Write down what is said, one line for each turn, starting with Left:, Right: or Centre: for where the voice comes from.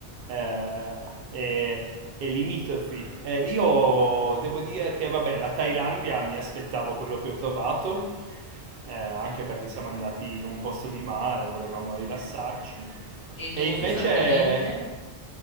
Right: eh, e, e limitrofi. Eh, io devo dire che, vabbè, la Thailandia mi aspettavo quello che ho trovato, eh, anche perché siamo andati in un posto di mare, volevamo rilassarci.
Left: E
Right: E
Left: dove
Right: invece
Left: esattamente?